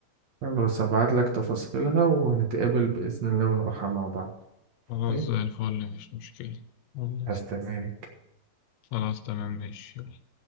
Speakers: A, on the right; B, on the left.
A: خلاص هبعت لك تفاصيلها ونتقابل بإذن الله ونروحها مع بعض
B: خلاص
A: اوكي
B: زي الفل مفيش مشكلة والله
A: هستناك
B: خلاص تمام ماشي يلا.